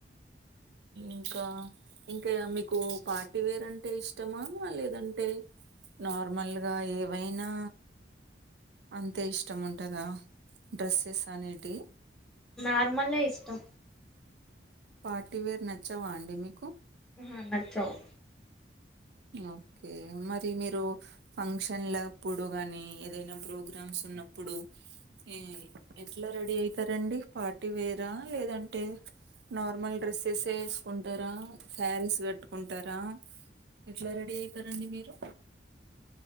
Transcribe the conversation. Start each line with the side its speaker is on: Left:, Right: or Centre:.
Right: ఇంకా ఇంకా మీకు పార్టీవేర్ అంటే ఇష్టమా లేదంటే అంటే నార్మల్ గా ఏవైనా అంతే ఇష్టం ఉంటందా డ్రెస్సెస్ అనేటి
Centre: నార్మల్ ఇష్టం
Right: పార్టీవేర్ నచ్చవా అండి మీ
Centre: హా నచ్చావ్
Right: ఓకే మరి మీరు ఫంక్షన్లప్పుడు గానీ ఏదైనా ప్రోగ్రామ్స్ ఉన్నప్పుడు ఏ ఎట్లా రెడీ అయితారంండి పార్టీ వేరా లేదంటే నార్మల్ డ్రెస్సెస్ే వేసుకుంటారా శారీస్ కట్టుకుంటారా ఎట్లా రెడీ అయితారండి మీరు